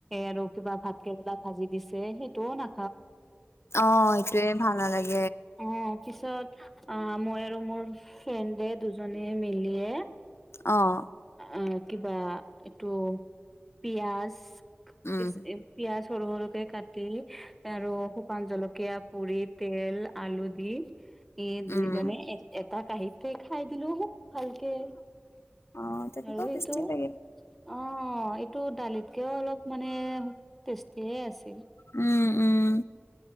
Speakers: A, in the centre; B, on the left (about 85°).
A: আৰু কিবা ভাত কেেৰেলা ভাজি দিছে সেইটোও না
B: অ সেইটোয়ে ভাল নালাগে
A: অ পিছত অ মই আৰু মোৰ ফ্ৰেণ্ডে দুজননে মিলিয়ে
B: অ',
A: অ কিবা এইটো পিয়াজ
B: উম।
A: কে পিয়াজ সৰু সৰুকে কাটি আৰু শুকান জলকীয়া পুৰি তেল আলু দি এই
B: উম,
A: দুইজনে এটা কাঁহীত খাই দিলো হু ভালকে
B: অ', তেনেকুৱাও
A: আৰু
B: টেষ্টি
A: ইটো
B: লাগে
A: অ টো দালিতকেও অলপ মানে টেষ্টি হে আছিল
B: উম, উম,